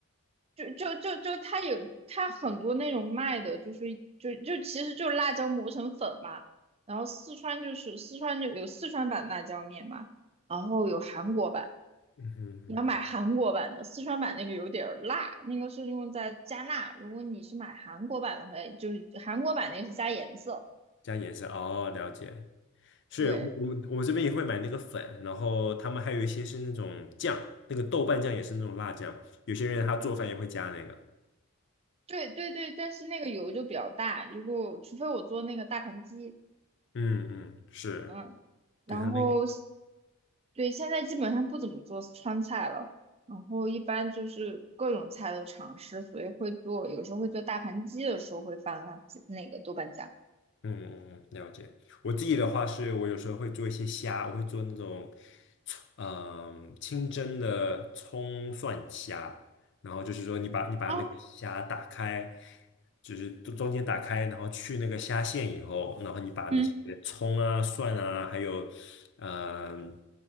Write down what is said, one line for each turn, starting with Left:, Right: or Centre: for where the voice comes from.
Right: 就就就就它有它很多那种卖的，就是就就其实就是辣椒磨成粉嘛。然后四川就是四川就有四川版辣椒面嘛，然后有韩国版。
Left: 嗯哼哼，
Right: 你要买韩国版的，四川版那个有点儿辣，那个是用在加辣。如果你是买韩国版的话，就是韩国版那个是加颜色。
Left: 加颜色，哦，了解。是我我我这边也会买那个粉，
Right: 对，
Left: 然后他们还有一些是那种酱，那个豆瓣酱也是那种辣酱，有些人他做饭也会加那个。
Right: 对，对，对，但是那个油就比较大，如果除非我做那个大盘鸡，
Left: 嗯嗯，是，
Right: 嗯，然后
Left: 对他那个。
Right: 对，现在基本上不怎么做川菜了，然后一般就是各种菜都尝试，所以会做，有时候会做大盘鸡的时候会放辣子那个豆瓣酱。
Left: 嗯嗯嗯，了解。我自己的话是，我有时候会做一些虾，我会做那种嗯，清蒸的葱蒜虾。然后就是说，你把你把那个虾打开，
Right: 啊，
Left: 就是中中间打开，然后去那个虾线以后，然后你把那些葱啊、
Right: 嗯。
Left: 蒜啊，还有嗯、